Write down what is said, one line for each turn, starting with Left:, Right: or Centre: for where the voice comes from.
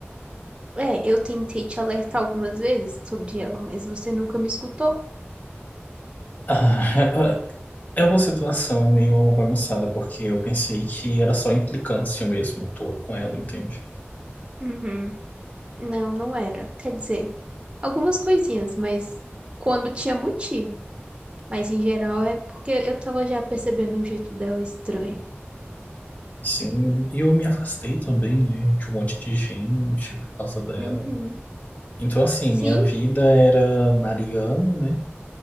Right: É, eu tentei te alertar algumas vezes sobre ela, mas você nunca me escutou.
Left: Ah, <laughs> é uma situação meio bagunçada, porque eu pensei que era só implicância mesmo tô com ela, entende?
Right: Uhum. Não, não era. Quer dizer, algumas coisinhas, mas quando tinha motivo. Mas em geral é porque eu tava já percebendo o jeito dela estranho.
Left: Sim, e eu me afastei também, né, de um monte de gente por causa dela.
Right: Uhum.
Left: Então, assim,
Right: Sim,
Left: minha vida era Mariana, né?